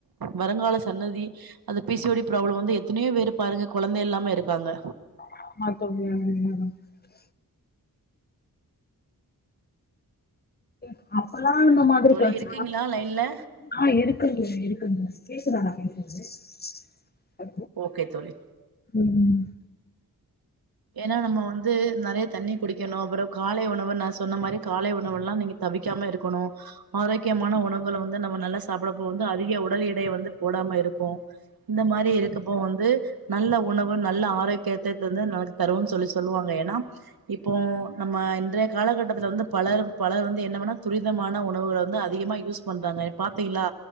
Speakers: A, on the right; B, on the left.
A: வருங்கால சன்னதி அது பீ சி ஓ டி ப்ராப்ளோ வந்து எ த்தனையோ பேரு பாருங்க கொழந்த இல்லாம இருக்காங்க
B: <inaudible> <inaudible> ப்பலா அந்த மாதிரி
A: தோழி
B: பச்ச
A: இருக்கீங்களா லைன்ல
B: ஆ இருக் இருக்கங்க இருக்கங்க கேக்குதா நா பேசற்து
A: ஓக்கே தோழி
B: ம்
A: ஏன்னா நம்ம வந்து நறைய தண்ணி குடி க்கணோ அப்புற காலை உணவ நா சொன்ன மாரி காலை உணவுல்லா நீங்க தவிக்காம இருக்கணு ஆரோக்கியமான உணவுகள வந்து நம்ம நல்லா சாப்டப்போ வந்து அதிக உடல் எடய வந்து போடாம இருக்கு இந்த மாரி இருக்கப்போ வந்து நல்ல உணவு நல்ல ஆரோக்யத்ததந்து நாது தருவோன் சொல்லி சொல்லுவாங்க ஏனா இப்போ நம்ம இன்றைய காலகட்டத்துல வந்து பலர் பலர் வந்து என்னவெனா துரிதமான உணவுகள வந்து அதிகமா யூஸ் பண்றாங்க பாத்தீங்க்ளா